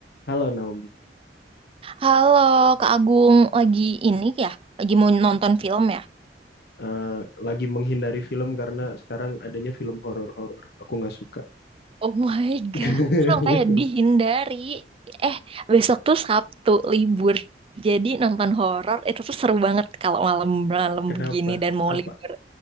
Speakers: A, on the left; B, on the right.
A: Halo Naomi,
B: Halo, Kak Agung, lagi ini ya? Lagi mau nonton film ya?
A: Eh, lagi menghindari film karena sekarang adanya film horor-horor. Aku nggak suka.
B: Oh my
A: <laughs>
B: God, sampai dihindari. Eh, besok tuh Sabtu libur. Jadi nonton horor itu tuh seru banget kalau malam-malam
A: Kenapa?
B: begini dan mau
A: Apa
B: libur.